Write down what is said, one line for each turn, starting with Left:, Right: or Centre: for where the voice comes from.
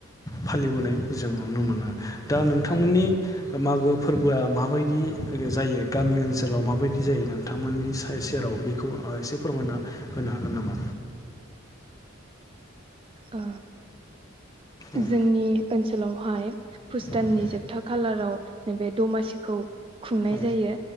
Left: फालिबोनाय जों नुनो मोनो। दा नोंथांमोननि मागो फोरबोआ माबायदि <unintelligible> जायो गामि ओनसोलाव माबायदि जायो नोंथांमोननि साय सेराव बेखौ ओ एसे फोरमायना होनो हागोन नामा?
Right: ओ
Left: औ
Right: जोंनि ओन सोलावहाय पुस
Left: औ
Right: दाननि जोबथा खालाराव नैबे दमासिखौ खुंनाय
Left: औ
Right: जायो